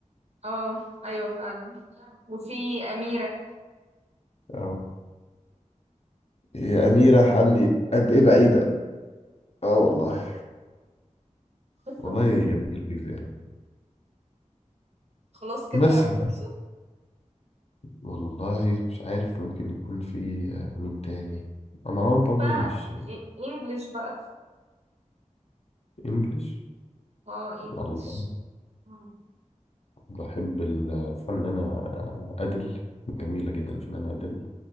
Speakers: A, on the right; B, on the left.
A: اه ايوه فعلا وفي اميره
B: اه يا أميرة عني قد إيه بعيدة اه والله
A: بس
B: والله جميل بيك يعني
A: خلاص كده
B: بس
A: خلصوا
B: والله مش عارف ممكن يكون في آه، مين تاني مروان بابلو
A: في بقى
B: مش
A: انجلش بقى
B: انجليش
A: اه انجلش
B: والله
A: آه.
B: بحب الفنانة آه، أدل جميلة جدا الفنانة أدل